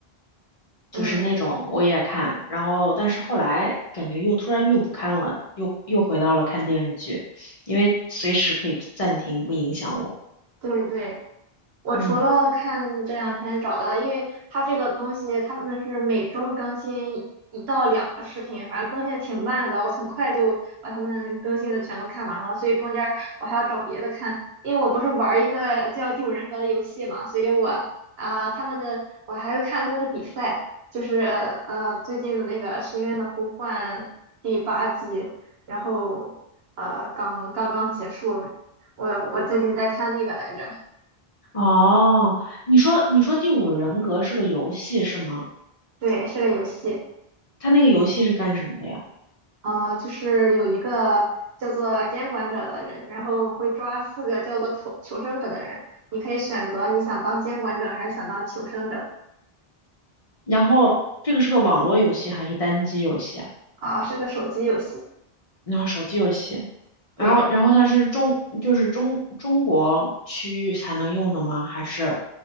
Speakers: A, on the right; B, on the left.
A: 嗯，
B: 就是那种我也看。然后，但是后来感觉又突然就不看了，又又回到了看电视剧，因为随时可以暂停，不影响我。
A: 对对。我除了看这两天找到，
B: 嗯。
A: 因为它这个东西他们是每周更新一到两个视频，反正更新的挺慢的，我很快就把他们更新的全都看完了，所以中间儿我还要找别的看，因为我不是玩儿一个叫《第五人格》的游戏嘛，所以我啊、他们的我还会看他们的比赛，就是呃最近的那个《深渊的呼唤》第八季，然后呃刚刚刚结束，我我最近在看那个来着。
B: 哦，你说你说《第五人格》是个游戏是吗？
A: 对，是个游戏，
B: 它那个游戏是干什么的呀？
A: 呃，就是有一个叫做监管者的人，然后会抓四个叫做求求生者的人，你可以选择你想当监管者还是想当求生者
B: 然后这个是个网络游戏还是单机游戏啊？
A: 啊，是个手机游戏，
B: 然后手机游戏，
A: 对，
B: 然后然后它是中就是中中国区域才能用的吗？还是